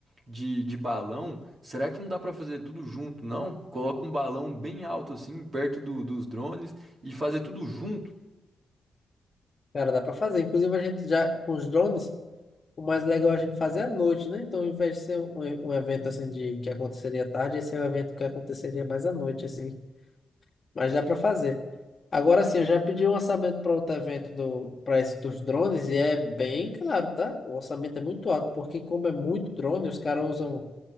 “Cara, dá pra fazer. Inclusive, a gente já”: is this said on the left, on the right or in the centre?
Left